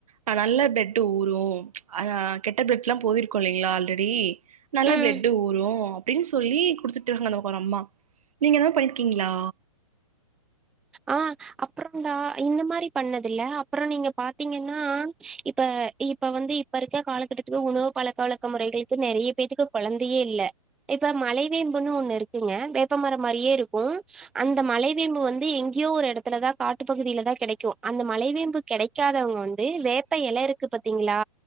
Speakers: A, on the right; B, in the centre.
A: ஹ நல்ல பிளட் ஊரும் ஆஹ் கெட்ட பிளட்ல்லா போய்ருக்குலைங்களா ஆல்ரெடி நல்ல
B: ம்
A: பிளட்டு ஊரும் அப்டின் சொ சொல்லி குடுத்துட் இருந்தா ங் ஒரு அம்மா நீங்க என்ன பண்ணிருக்கீங்களா
B: ஆஹ் அப்புறன்டா இந்த மாரி பண்ணதுல்ல அப்புற நீங்க பாத்தீங்கன்னா இப்ப அ இப்ப வந்து இப்ப இருக்க காலக்கட்டத்துகு உணவு பழக்க வழக்க முறைகளுக்கு நெறைய பேத்துக்கு கொழந்தையே இல்ல இப்ப மலைவேம்புன்னு ஒன்னு இருக்குங்க வேப்பமரம் மாரியே இருக்கும் அந்த மலைவேம்பு வந்து எங்க கியோ ஒரு எடத்துலதா காட்டுப்பகுதிலதா கெடைக்கு அந்த மலைவேம்பு கெடைக்காதவங்க வந்து வேப்ப எலருக்கு பாத்தீங்ளா